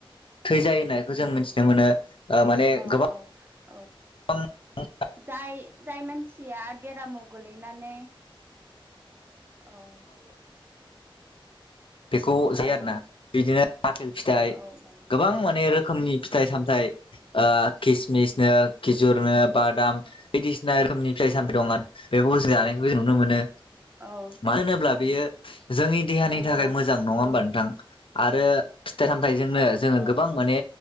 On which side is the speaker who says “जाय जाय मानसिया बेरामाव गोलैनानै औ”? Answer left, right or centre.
Right